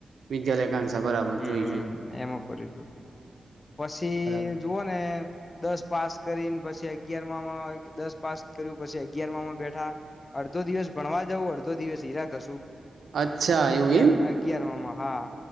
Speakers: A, on the right; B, on the left.
A: વિદ્યાલય કાનસા બરાબર જોઈ
B: હમ હમ
A: જોઈ
B: એમ કરર્યું હતું પછી
A: બરાબર
B: જુઓ ને દસ પાસ કરીને પછી અગિયારમાં દસ પાસ કર્યું પછી અગિયારમાંમાં બેઠા અડધો દિવસ ભણવા જવું અડધો દિવસ હઈરાકશું
A: અચ્છા
B: અગિયાર
A: એવું
B: અગિયાર માં હા